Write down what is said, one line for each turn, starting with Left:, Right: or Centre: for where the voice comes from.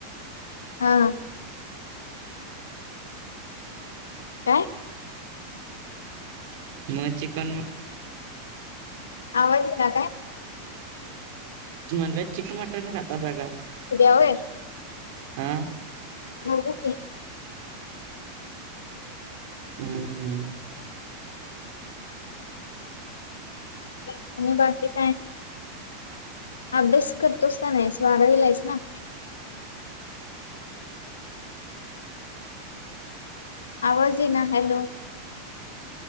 Left: हा.... काय...
Right: मग चिकन म....
Left: आवाज ना काय
Right: म्हटलं चिकन मटन खाता सगळं
Left: उद्यावर
Right: हम
Left: बघू की
Right: हम्म हम्म
Left: आणि बाकी काय अभ्यास करतोस का नाहीस बारावीला आहेस ना आवाज ईना हॅलो